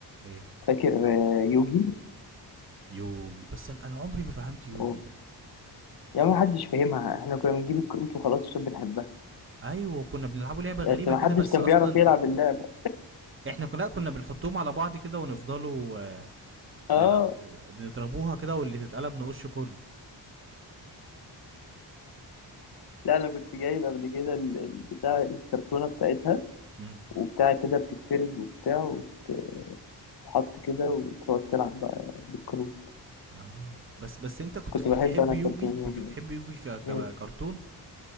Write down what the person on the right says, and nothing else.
ايه
يوجي بس انا أنا عمري ما فهمت يوجي
ده
ايوه كنا بنلعبه لعبه غريبه
كده
بس
اصلا
إيه؟
احنا كنا كنا بنحطهم على بعض كده ونفضلوا آه،
نلعب نضربوها كده واللي تتقلب نقش كله
امم
اه بس بس انت كنت
بتحب
يوجي
كنت
بتحب
يوجي ك...
ككرتون